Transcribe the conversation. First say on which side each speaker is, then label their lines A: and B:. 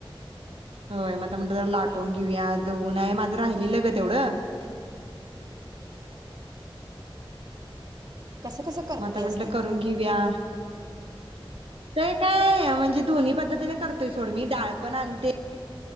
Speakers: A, on the right (about 85°); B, on the right (about 45°).
A: होय म म्हटले जरा लाटून
B: हॅलो
A: घेऊया आज ऊन हाय मा राहिलेले ग तेवढं
B: कसं कसं करत्यास
A: मग आता म्हंटलं
B: ते
A: करून घेऊया <inaudible> काय य म्हणजे दोन्ही पद्धतीन पण करतोय सोड मी डाळ पण आणते